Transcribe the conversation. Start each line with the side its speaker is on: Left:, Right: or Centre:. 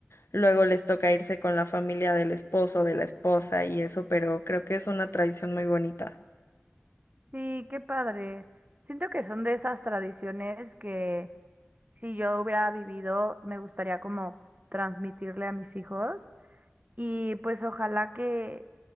Left: luego les toca irse con la familia del esposo, de la esposa y eso, pero creo que es una tradición muy bonita.
Right: Sí, qué padre. Siento que son de esas tradiciones que si yo hubiera vivido, me gustaría como transmitirle a mis hijos. Y pues ojalá que,